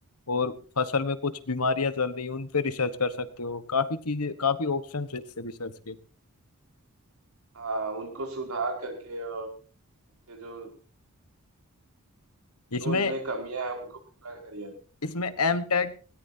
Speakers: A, on the left; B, on the right.
A: और फसल में कुछ बीमारियां चल रही हैं उन पे रिसर्च कर सकते हो काफी चीजें काफी ऑप्शन है इससे रिसर्च के
B: हाँ उनको सुधार करके और उनके जो जो
A: इसमें
B: उनमें कमियां है उनको पूरा करिए
A: इसमें एम टेक